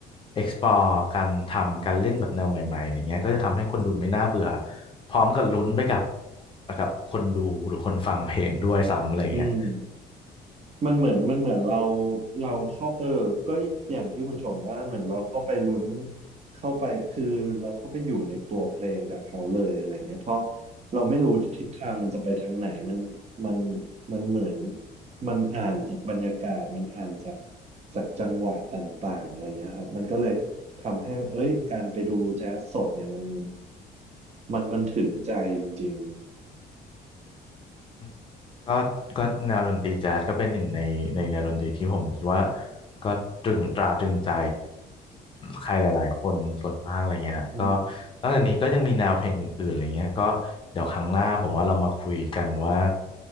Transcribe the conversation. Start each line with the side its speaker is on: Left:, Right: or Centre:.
Left: explore การทำการเล่นแบบแนวใหม่ๆอะไรเงี้ยก็จะทำให้คนดูไม่น่าเบื่อพร้อมกับลุ้นไปกับกับคนดูหรือคนฟังเพลงด้วยซ้ำอะไรเงี้ย
Right: อืม มันเหมือนมันเหมือนเราเราเข้าเออก็อย่างที่คุณชงว่าเหมือนเราเข้าไปลุ้นเข้าไปคือเราเข้าไปอยู่ในตัวเพลงกับเขาเลยอะไรเงี้ยเพราะเราไม่รู้ทิศทางมันจะไปทางไหนมันมันมันเหมือนมันอ่านจากบรรยากาศมันอ่านจากจากจังหวะต่างๆอะไรเงี้ยครับมันก็เลยทำให้เอ้ยการไปดูแจ๊สสดเนี่ยมันมันมันถึงใจจริง
Left: อืมก็ก็แนวดนตรีแจ๊สก็เป็นหนึ่งในในแนวดนตรีที่ผมคิดว่าก็ตรึงตราตรึงใจใครหลายๆคนส่วนมากอะไรเงี้ยก็
Right: ๆอืม
Left: นอกจากนี้ก็ยังมีแนวเพลงอื่นๆอะไรเงี้ยก็เดี๋ยวครั้งหน้าผมว่าเรามาคุยกันว่า